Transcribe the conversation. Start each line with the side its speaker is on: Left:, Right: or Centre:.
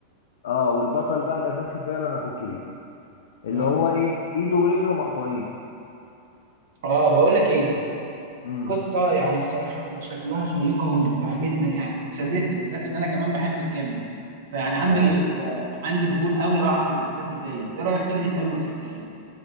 Left: اه والبطل بقى الأساسي فعلا أخوه الكبير اللي
Right: فهمتك
Left: هو إيه إيده ورجله مقطوعين
Right: اه بقول لك ايه
Left: امم
Right: قصة يعني بصراحة شكلها شيقة وممتعة جدا يعني شدتني بالذات إن أنا كمان بحب الكيمياء فيعني عندي
Left: اه
Right: ب... عندي فضول قوي أعرف الأحداث الجاية إيه رأيك تيجي نتقابل وتحكيها لي؟